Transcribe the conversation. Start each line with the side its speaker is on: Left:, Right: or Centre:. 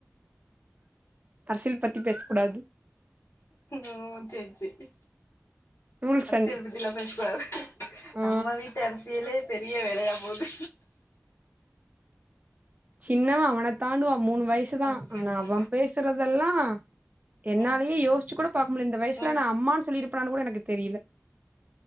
Right: அரசியல் பத்தி பேச கூடாது
Left: ஓ சேரி சேரி
Right: ரூல்ஸ்
Left: அரசியல்
Right: அண்ட்
Left: பத்தி எல்லா பேசக் கூடாது
Right: ஆ
Left: நம்ம வீட்டு அரசியலே பெரிய வேலையா போது
Right: சின்னவ அவன தாண்டுவா மூனு வயசு தா
Left: ஓகே
Right: ஆனா
Left: ஓகே
Right: அவ பேசுறதெல்லா என்னாலயே
Left: ம்
Right: யோச்சு கூட பாக்க முடியல இந்த வயசல
Left: ம்
Right: ந அம்மான்னு சொல்லிருபே அனானு கூட எனக்கு தெரியல